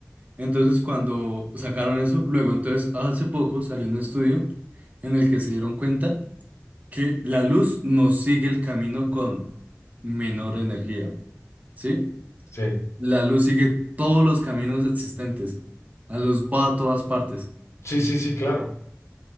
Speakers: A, on the right; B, on the left.
A: entonces cuando sacaron eso, luego entonces hace poco salió un estudio en el que se dieron cuenta que la luz no sigue el camino con menor energía, ¿sí?
B: Sí,
A: La luz sigue todos los caminos existentes. La luz va a todas partes.
B: sí, sí, sí, claro.